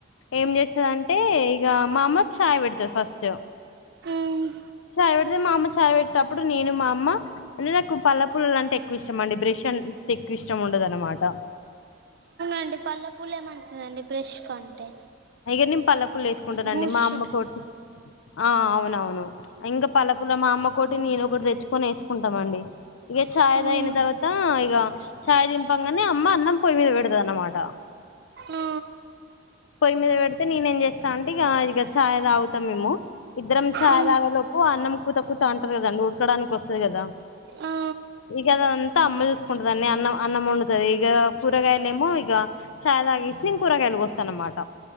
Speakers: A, on the left; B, on the right.
A: ఏం చేస్తుందంటే ఇక మా అమ్మ చాయ్ పెడతది ఫస్ట్
B: ఈ
A: చాయ్ పెడితే మా అమ్మ చాయ్ పెట్టేటప్పుడు నేను మా అమ్మ అంటే నాకు పల్ల పల్లలు అంటే ఎక్కువ ఇష్టం అండి బ్రష్ ఎక్కువ ఇష్టం ఉండదన్నమాట
B: అండి పల్ల పూలే మంచిదండి బ్రష్ కంటే
A: అయిగ నేను పల్ల పుల్ల వేసుకుంటనండి
B: బూస్ట్
A: మా అమ్మ కోటి ఆ అవునవును ఇంకా పల్లక పుల్ల మా అమ్మ ఒకటి నేను ఒకటి తెచ్చుకొని వేసుకుంటామండి ఇక
B: అవును
A: చాయ్ తాగినా తర్వాత ఈగ చాయ్ దింపంగానే అమ్మ అన్నం పొయ్యి మీద పెడతది అన్మాట
B: ఆ
A: పొయ్యి మీద పెడితే నేనే ఏం చేస్తా అంటే ఇక ఇక చాయ్ తాగుతాం మేము ఇద్దరం చాయ్
B: ఆ
A: తాగేలో ఓ అన్నం కూత కూతా అంటారు కదాండి వుడకడానికి వస్తది కదా
B: ఆ
A: ఇగదంతా అమ్మ చూసుకుంటుదాన్ని అన్నం అన్నం వండుతాది ఇక కూరగాయలేమో ఇగ చాయ్ తాగిసి నేను కూరగాయలు కోస్తా అన్నమాట